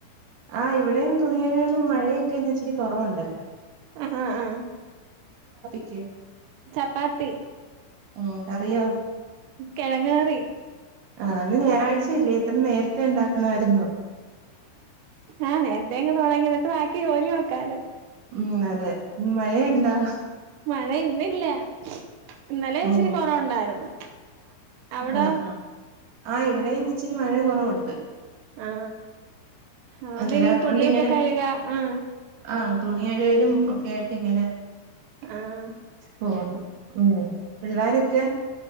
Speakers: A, on the right; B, on the right.
A: ആ ഇവിടേം തുണി കഴുകാലും മഴയൊക്കെന്ന് ഇച്ചരി കുറവുണ്ടല്ലോ
B: ആ ആ ആ
A: ക്ക്
B: ചപ്പാത്തി
A: ഉം കറിയോ
B: കിഴങ്ങ് കറി
A: ആ ഇന്ന് ഞായറാഴ്ചയില്ലയോ ഇത്ര നേരത്തേ എന്താ ആണായിരുന്നോ
B: ആ നേരത്തങ്ങ് തുടങ്ങി എന്നിട്ട് ബാക്കി ജോലി നോക്കാലോ
A: ഉം മഴയാ മഴയിണ്ടോ
B: മഴ ഇന്നില്ല ഇന്നലെ ഇച്ചിരി
A: ഉം
B: കുറവുണ്ടായിരുന്നു അവിടോ
A: ആ ആ ആ ഇവിടേം ഇച്ചിരി മഴ കുറവുണ്ട്
B: ആ അവിടെ
A: അന്നേരം
B: ഇനി
A: അതുകൊണ്ട്
B: തുണിയൊക്കെ
A: ഇങ്ങനെ
B: കഴുകാം. ആ
A: ആ തുണി കഴുകലും ഒക്കെ ആയിട്ട് ഇങ്ങനെ
B: ആഹ്
A: പോന്നു ഉം പിള്ളാരൊക്കെ